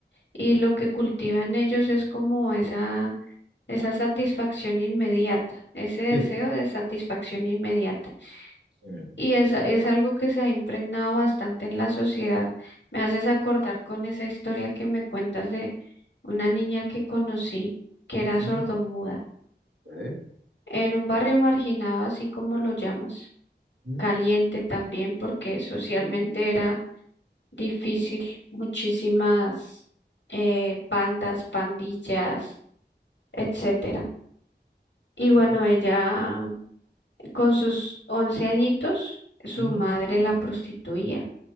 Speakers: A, on the left; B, on the right.
A: y lo que cultiva en ellos es como esa esa satisfacción inmediata, ese deseo
B: Sí.
A: de satisfacción inmediata.
B: Sí.
A: Y es, es algo que se ha impregnado bastante en la sociedad. Me haces acordar con esa historia que me cuentas de una niña que conocí que
B: Ujú,
A: era sordomuda
B: sí,
A: en un barrio marginado, así como lo llamas,
B: ujú,
A: caliente también porque socialmente era difícil, muchísimas eh, bandas, pandillas, etcétera. Y bueno,
B: sí,
A: ella Con sus 11 añitos, su
B: ujú.
A: madre la prostituía.